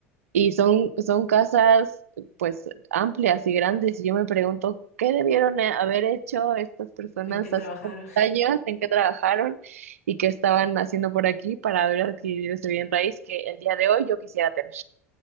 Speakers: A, on the right; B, on the left.
A: y son, son casas pues amplias y grandes. Y yo me pregunto, ¿qué debieron eh, haber hecho estas personas
B: ¿En qué trabajaron?
A: hace tantos
B: <laughs>
A: años? ¿En qué trabajaron? ¿Y qué estaban haciendo por aquí para haber adquirido ese bien raíz que el día de hoy yo quisiera tener?